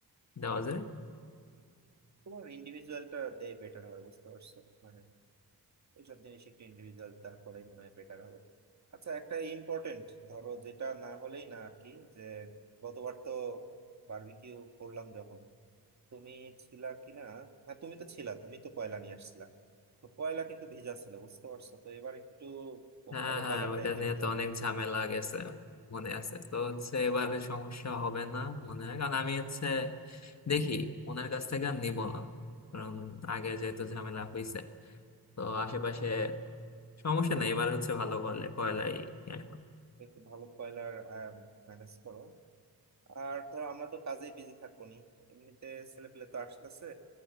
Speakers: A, on the left; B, on the right.
A: দেওয়া যায়
B: তোমার ইন্ডিভিজুয়ালটা দেয় বেটার হয় বুঝতে পারছো মানে এইসব জিনিস একটু ইন্ডিভিজুয়াল তা করাই মনে হয় বেটার হবে আচ্ছা একটা ইম্পর্টেন্ট ধরো যেটা না হলেই না আর কি যে গতবার তো বারবিকিউ করলাম যখন তুমি ছিলা কিনা হ্যাঁ তুমি তো ছিলা তুমি তো কয়লা নিয়ে আসছিলা তো কয়লা কিন্তু ভিজা ছিল বুঝতে পারছো তো এবার একটু ও
A: হ্যাঁ
B: ভালো
A: হ্যাঁ
B: কয়লার
A: ওইটা
B: দায়িত্ব
A: নিয়ে
B: নিতে
A: তো
B: হবে
A: অনেক ঝামেলা গেছে মনে আছে তো হচ্ছে এবারে সমস্যা হবে না মনে হয় কারণ আমি হচ্ছে দেখি ওনার কাছ থেকে আর নিবো না কারণ আগে যেহেতু ঝামেলা হয়েছে তো আশেপাশে সমস্যা নেই এবার হচ্ছে ভালো করলে কয়লাই নিয়ে আসবো
B: একটু ভালো কয়লার ম্যানেজ করো আর ধরো আমরা তো কাজেই বিজি থাকবো নি এমনিতে ছেলে পেলে তো আসতেছে